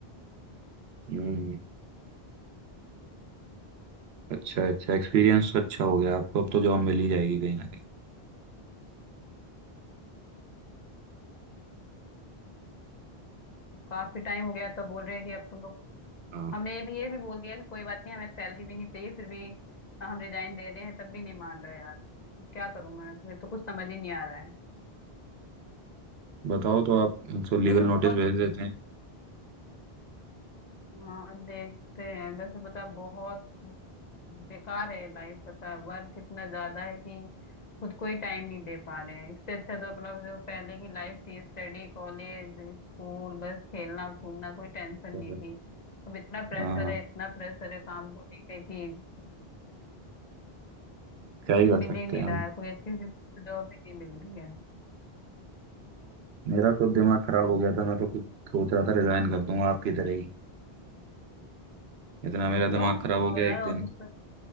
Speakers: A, on the right; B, on the left.
A: हम्म अच्छा अच्छा एक्सपीरियंस अच्छा हो गया आपको अब तो जॉब मिल ही जाएगी कहीं ना कहीं
B: काफी टाइम हो गया तो बोल रहे हैं कि अब तुम लोग
A: हाँ
B: हमने ये भी ये भी बोल दिया कि कोई बात नहीं हमें सैलरी भी नहीं चाहिए फिर भी हम रिजाइन दे रहे हैं तब भी नहीं मान रहा यार अब क्या करूं मैं मेरे तो कुछ समझ ही नहीं आ रहा है
A: बताओ तो आप तो लीगल
B: वैसे
A: नोटिस
B: बहुत
A: भेज देते हैं
B: हाँ देखते हैं वैसे पता बहुत बेकार है लाइफ पता है वर्क इतना ज्यादा है कि खुद को ही टाइम नहीं दे पा रहे हैं इससे अच्छा तो अपना जो पहले की लाइफ थी स्टडी कॉलेज स्कूल बस खेलना कूदना कोई टेंशन नहीं
A: पर,
B: थी अब इतना प्रेशर
A: हाँ
B: है इतना प्रेशर है काम को लेके कि
A: क्या ही
B: कुछ
A: कर
B: मिल
A: सकते
B: ही नहीं
A: हैं हम
B: रहा है कोई अच्छी सी जॉब ही नहीं मिल रही है
A: मेरा खुद दिमाग खराब हो गया था मैं तो खुद सोच रहा था रिजाइन कर दूंगा आपकी तरह ही इतना मेरा
B: अ,
A: दिमाग
B: क्यों
A: खराब
B: तो
A: हो गया
B: यार
A: एक
B: ऑफिस
A: दिन
B: में